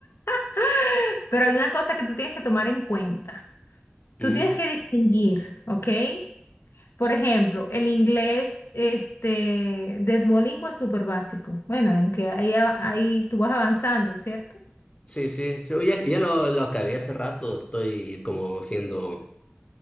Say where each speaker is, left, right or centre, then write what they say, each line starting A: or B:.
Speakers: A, on the left; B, on the left.
A: <laughs> pero hay una cosa que tú tienes que tomar en cuenta.
B: ¿Mm?
A: Tú tienes que distinguir, ¿ok? Por ejemplo, el inglés este, de Duolingo es súper básico. Bueno, aunque ahí, a- ahí tú vas avanzando, ¿cierto?
B: Sí, sí, sí, ya, ya lo, lo acabé hace rato. Estoy como siendo,